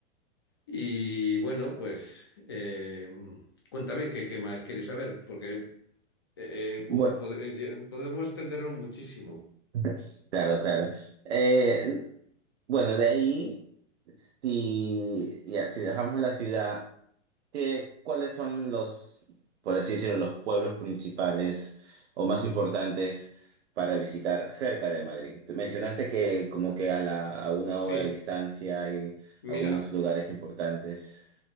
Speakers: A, on the left; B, on the right.
A: Y bueno, pues eh, cuéntame qué, qué más quieres saber, porque... Eh, eh,
B: Bueno,
A: buf, pod- eh, podemos extendernos muchísimo.
B: <laughs> claro, claro. Eh, bueno, de ahí, si, ya, si dejamos la ciudad, ¿qué, cuáles son los, por así decirlo, los pueblos principales o más importantes para visitar cerca de Madrid? Te mencionaste que como que a la, a una
A: Sí,
B: hora de distancia hay
A: mira,
B: algunos lugares importantes.